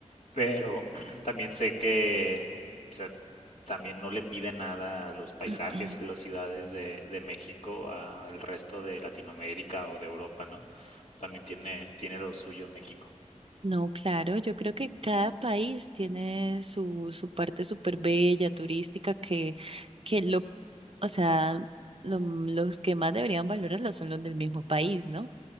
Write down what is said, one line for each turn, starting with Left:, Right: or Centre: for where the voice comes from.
Left: pero <clears throat> también sé que, o sea, también no le piden nada a los paisajes
Right: <clears throat>
Left: y las ciudades de, de México al resto de Latinoamérica o de Europa, ¿no? También tiene, tiene lo suyo México.
Right: No, claro, yo creo que cada país tiene su, su parte súper bella, turística, que, que lo O sea, lo- los que más deberían valorarlo son los del mismo país, ¿no?